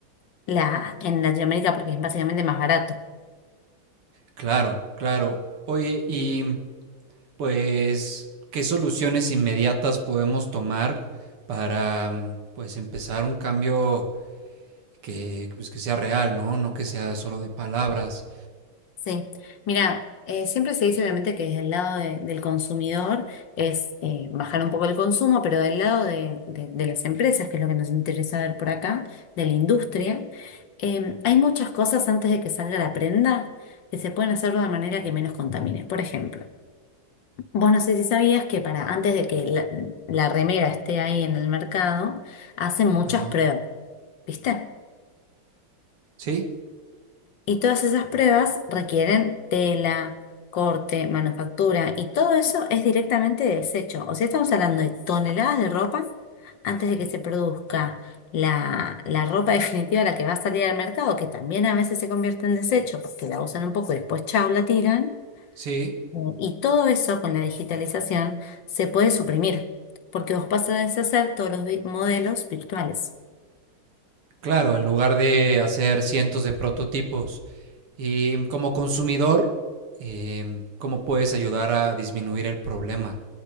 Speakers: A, on the left; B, on the right.
A: la, en Latinoamérica porque es básicamente más barato.
B: Claro, claro. Oye, y pues, ¿qué soluciones inmediatas podemos tomar para mm, pues empezar un cambio que, pues, que sea real, ¿no? No que sea solo de palabras.
A: Sí. Mira, eh, siempre se dice obviamente que desde el lado de- del consumidor es eh, bajar un poco el consumo, pero del lado de, de- de las empresas, que es lo que nos interesa ver por acá, de la industria, eh, hay muchas cosas antes de que salga la prenda que se pueden hacer de una manera que menos contamine. Por ejemplo. Vos no sé si sabías que para antes de que la, la remera esté ahí en el mercado, hacen muchas
B: Ajá.
A: pruebas, ¿viste?
B: Sí,
A: Y todas esas pruebas requieren tela, corte, manufactura, y todo eso es directamente desecho. O sea, estamos hablando de toneladas de ropa antes de que se produzca la, la ropa <laughs> definitiva, la que va a salir al mercado, que también a veces se convierte en desecho porque la usan un poco y después chau, la tiran.
B: sí.
A: Eh, Y todo eso con la digitalización se puede suprimir, porque vos pasás a hacer todos los vi- modelos virtuales.
B: Claro, en lugar de hacer cientos de prototipos. Y mm, como consumidor, eh, ¿cómo puedes ayudar a disminuir el problema?